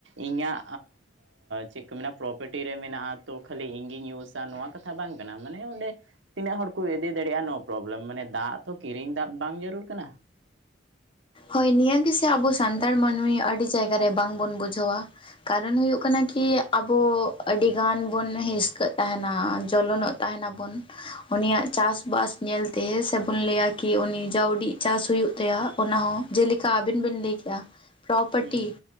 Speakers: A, on the right; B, on the left.
A: ᱤᱧᱟᱹᱜ ᱪᱮᱫ ᱠᱚ ᱢᱮ ᱯᱨᱚᱯᱟᱨᱴᱤ ᱨᱮ ᱢᱮᱱᱟᱜᱼᱟ ᱛᱚ ᱠᱷᱟᱹᱞᱤ ᱤᱧᱜᱤᱧ ᱤᱭᱩᱥᱟ ᱱᱚᱣᱟ ᱠᱟᱛᱷᱟ ᱵᱟᱝ ᱠᱟᱱᱟ ᱢᱟᱱᱮ ᱚᱸᱰᱮ ᱛᱤᱱᱟᱹᱜ ᱦᱚᱲ ᱠᱚ ᱤᱫᱤ ᱫᱟᱲᱮᱭᱟᱜᱼᱟ ᱱᱳ ᱯᱨᱚᱵᱽᱞᱮᱢ ᱢᱟᱱᱮ ᱫᱟᱜ ᱛᱚ ᱠᱤᱨᱤᱧ ᱫᱟᱜ ᱵᱟᱝ ᱧᱩᱨᱩᱱ ᱠᱟᱱᱟ
B: ᱦᱳᱭ ᱱᱤᱭᱟᱹ ᱜᱮᱥᱮ ᱟᱵᱚ ᱥᱟᱱᱛᱟᱲ ᱢᱟᱹᱱᱢᱤ ᱟᱹᱰᱤ ᱡᱟᱭᱜᱟ ᱨᱮ ᱵᱟᱝ ᱵᱚᱱ ᱵᱩᱡᱷᱟᱹᱣᱟ ᱠᱟᱨᱚᱱ ᱦᱩᱭᱩᱜ ᱠᱟᱱᱟ ᱠᱤ ᱟᱵᱚ ᱟᱹᱰᱤᱜᱟᱱ ᱵᱚᱱ ᱦᱤᱥᱠᱟᱹᱜ ᱛᱟᱦᱮᱱᱟ ᱡᱚᱞᱚᱱᱚᱜ ᱛᱟᱦᱮᱱᱟᱵᱚᱱ ᱩᱱᱤᱭᱟᱜ ᱪᱟᱥ ᱵᱟᱥ ᱧᱮᱞᱛᱮ ᱥᱮᱵᱚᱱ ᱞᱟᱹᱭᱟ ᱠᱤ ᱩᱱᱤ ᱡᱟᱣ ᱩᱰᱤᱜ ᱪᱟᱥ ᱦᱳᱭᱳᱜ ᱛᱟᱭᱟ ᱚᱱᱟᱦᱚᱸ ᱡᱮᱞᱮᱠᱟ ᱟᱵᱤᱱ ᱵᱤᱱ ᱞᱟᱹᱭ ᱠᱮᱫ-ᱟ ᱯᱨᱳᱯᱟᱨᱴᱤ
A: ᱦᱩᱸ